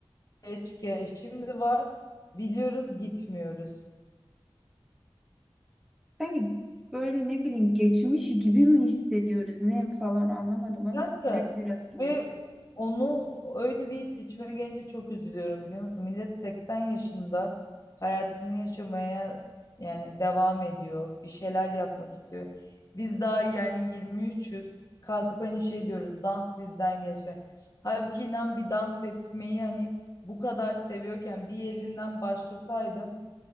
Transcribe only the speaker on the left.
Keşke şimdi var biliyoruz gitmiyoruz.
Kanka
ve onu öyle bir seçime gelince çok üzülüyorum biliyor musun? Millet 80 yaşında hayatını yaşamaya yani devam ediyor. Bir şeyler yapmak istiyor. Biz daha yani 23'üz. Kalkıp hani şey diyoruz dans bizden geçti. Halbuki inan bir dans etmeyi hani bu kadar seviyorken bir yerinden başlasaydım